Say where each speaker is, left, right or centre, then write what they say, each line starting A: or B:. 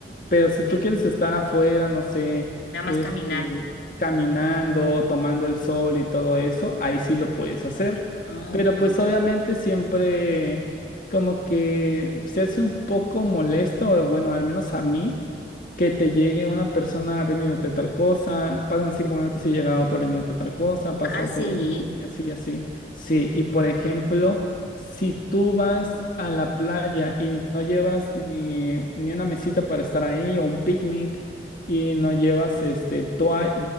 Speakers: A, on the left; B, on the left.
A: Pero si
B: ok.
A: tú quieres estar afuera, no sé,
B: Nada más
A: este,
B: caminar.
A: caminando o tomando el sol y todo eso, ahí sí lo puedes hacer.
B: Ah,
A: Pero
B: ok.
A: pues obviamente siempre como que se hace un poco molesto, o bueno, al menos a mí, que te llegue una persona vendiéndote tal cosa, pasan cinco minutos y llega otra vendiéndote tal cosa, pasa
B: Ah, sí.
A: otro y así, así. Sí, y por ejemplo, si tú vas a la playa y no llevas ni, ni una mesita para estar ahí o un picnic y no llevas este toalla,